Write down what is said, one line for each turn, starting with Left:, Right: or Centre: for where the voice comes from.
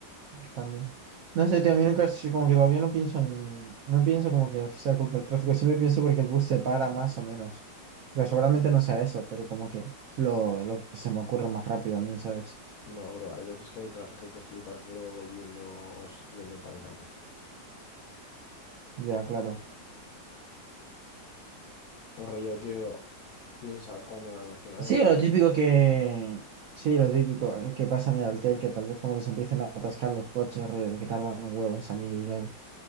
Right: también. No sé, tío, a mí nunca, es- como que todavía no pienso en, no pienso como que sea culpa del tráfico, siempre pienso porque el bus se para más o menos. Pero seguramente no sea eso, pero como que es lo, lo que se me ocurre más rápido a mí, ¿sabes?
Left: No, bro, hay veces que hay tráfico que flipas, bro, volviendo, o s- yendo para Alicante.
Right: Ya, claro.
Left: O rollo, tío, yo, piensa cuando la nacional
Right: Sí,
Left: está.
Right: lo típico que. Sí, lo típico eh, que pasa en el alter, que tal vez como que se empiecen a atascar los coches, rollo, de que tardan un huevo en salir y tal.